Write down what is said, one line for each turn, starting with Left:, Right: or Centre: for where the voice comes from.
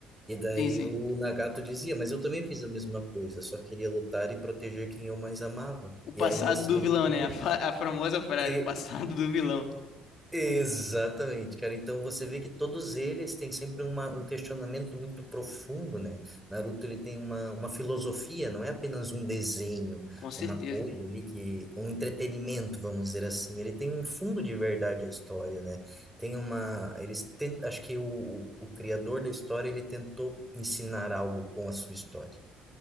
Centre: E daí
Left: Sim, sim.
Centre: o Nagato dizia, mas eu também fiz a mesma coisa, só queria lutar e proteger quem eu mais amava.
Left: O passado
Centre: E ainda assim
Left: do vilão,
Centre: a vida.
Left: né? A, fa- a famosa frase,
Centre: E
Left: o passado do vilão.
Centre: Exatamente, cara. Então você vê que todos eles têm sempre uma, um questionamento muito profundo, né? Naruto ele tem uma, uma filosofia, não é apenas um desenho,
Left: Com certeza.
Centre: uma coisa ali que, um entretenimento, vamos dizer assim. Ele tem um fundo de verdade à história, né? Tem uma, eles tentam, acho que o, o, o criador da história ele tentou ensinar algo com a sua história.